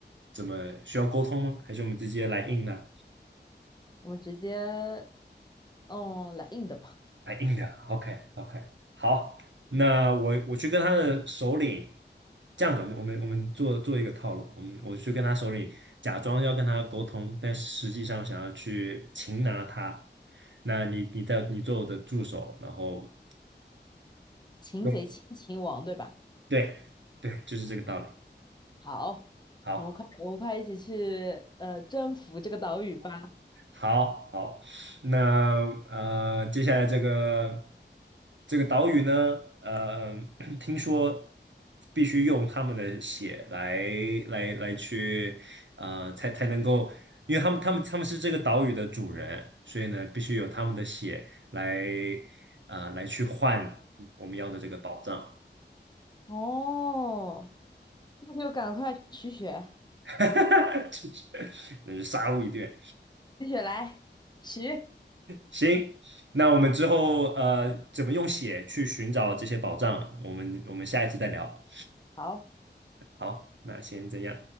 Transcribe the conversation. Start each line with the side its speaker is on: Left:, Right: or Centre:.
Right: 怎么需要沟通吗？还是我们直接来硬呢？
Left: 我们直接嗯来硬的吧，
Right: 来硬的，OK OK，好，那我我去跟他的首领，这样子，我们我们我们做做一个套路，我们我去跟他首领假装要跟他沟通，但实际上想要去擒拿他。那你你在你做我的助手，然后
Left: 擒贼先擒王，
Right: 用
Left: 对吧？
Right: 对对，就是这个道理。
Left: 好，
Right: 好。
Left: 我们快我们快一起去呃征服这个岛屿吧。
Right: 好好，那呃，接下来这个这个岛屿呢，呃，<clears throat> 听说必须用他们的血来来来去，呃，才才能够，因为他们他们他们是这个岛屿的主人，所以呢，必须有他们的血来，呃，来去换我们要的这个宝藏，
Left: 哦，那就赶快取血。
Right: <laughs> 就是那就杀戮一顿。
Left: 继续来，起
Right: 行，那我们之后呃怎么用血去寻找这些宝藏，我们我们下一次再聊。
Left: 好。
Right: 好，那先这样。